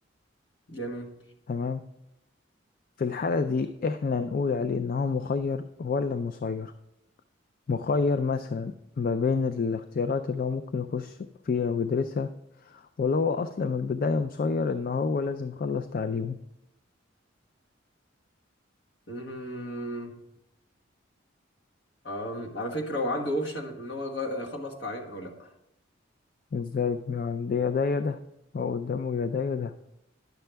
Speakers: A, on the left (about 60°); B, on the left (about 45°).
A: جميل
B: تمام في الحالة دي احنا نقول عليه ان هو مخير ولا مسير مخير مثلا ما بين الاختيارات اللي هو ممكن يخش فيها ويدرسها ولا هو أصلا من البداية مسير إن هو لازم يخلص تعليمه
A: امم أم... على فكرة هو عنده اوبشن ان هو يغ- يخلص تعليم او لا
B: إزاي يعني ده يا ده يا ده هو قدامه يا ده يا ده